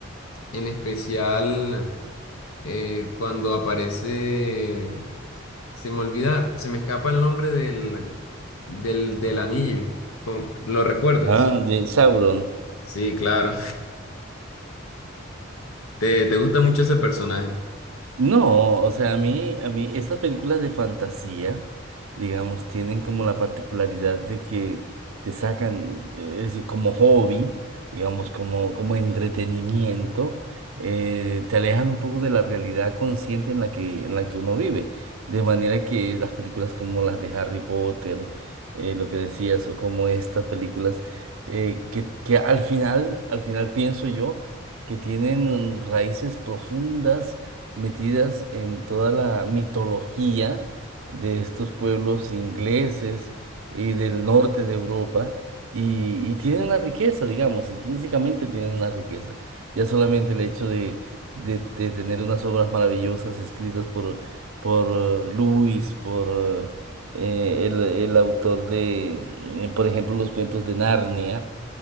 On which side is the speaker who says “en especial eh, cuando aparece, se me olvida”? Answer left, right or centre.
Left